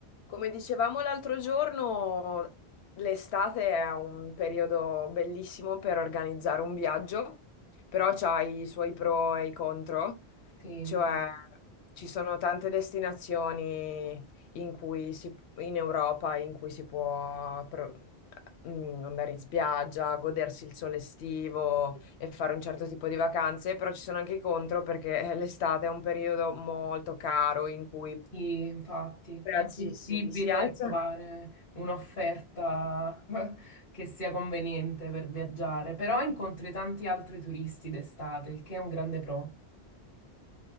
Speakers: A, on the left; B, on the left.
A: Come dicevamo l'altro giorno, l'estate è un periodo bellissimo per organizzare un viaggio, però c'ha i suoi pro e i contro,
B: Sì, infatti,
A: cioè ci sono tante destinazioni in cui si- in Europa in cui si può pro- mm, andare in spiaggia, godersi il sole estivo e fare un certo tipo di vacanze, però ci sono anche i contro perché <laughs> l'estate è un periodo molto caro in cui i
B: infatti
A: prezzi
B: è possibile
A: si si alzano.
B: trovare un'offerta <laughs> che sia conveniente per viaggiare, però incontri tanti altri turisti d'estate, il che è un grande pro.